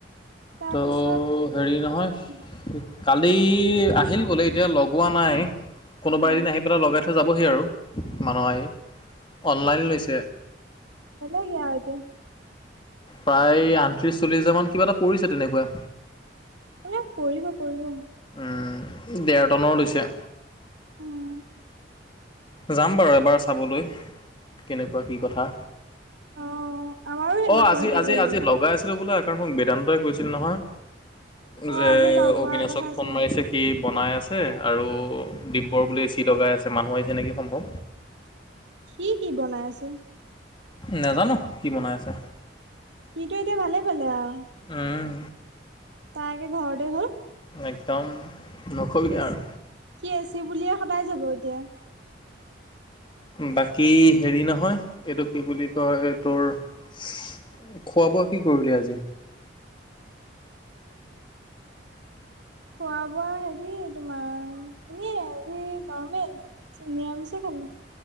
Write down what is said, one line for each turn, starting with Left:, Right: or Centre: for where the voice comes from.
Right: তাৰপিছত
Left: তো হেৰি নহয়
Right: বেলেগ
Left: কালি আহিল বোলে, এতিয়া লগোৱা নাই। কোনোবা
Right: অ
Left: এদিন আহি পেলাই লগাই থ যাবহি আৰু, মানুহ আহি, অনলাইন লৈছে।
Right: এ যে,
Left: প্ৰায় আঁঠত্ৰিশ চল্লিশ হাজাৰ মান, কিবা এটা কৰিছে। তেনেকুৱা
Right: এ, পৰিব-পৰিব
Left: উম, ডেৰটনৰ লৈছে।
Right: অ',
Left: যাম বাৰু এবাৰ চাবলৈ কেনেকুৱা কি কথা
Right: অ আমাৰো সেইদিনাখন
Left: অ', আজি
Right: এটা
Left: আজি,
Right: ললো
Left: আজি লগাই আছিলে বোলে, কাৰণ মোক বেদান্তই কৈছিল নহয়।
Right: অ
Left: যে,
Right: আজি লগ পোৱাৰ
Left: অবিনাশক
Right: কথা আছিলে
Left: ছে সি বনাই আছে, আৰু দিব্যৰ বুলি চি লগাই আছে। মানুহ আহিছে নেকি সম্ভৱ
Right: কি কি বনাই আছে?
Left: নাজানোঁ, কি বনাই আছে?
Right: সিটো এতিয়া, ভালে পালে আৰু
Left: উম।
Right: তাৰ আকৌ ঘৰতে হ'ল।
Left: একদম। নকবি
Right: এ
Left: আৰু
Right: চি, সি এ চি বুলিয়ে সদায় যাব এতিয়া।
Left: বাকী হেৰি নহয়, এইটো কি বুলি কয় তোৰ খোৱা বোৱাঁ কি কৰিলি আজি?
Right: খোৱা বোৱাঁ হেৰি তোমাৰ, এনে আজি নৰ্মেল। নিৰামিষে খালোঁ।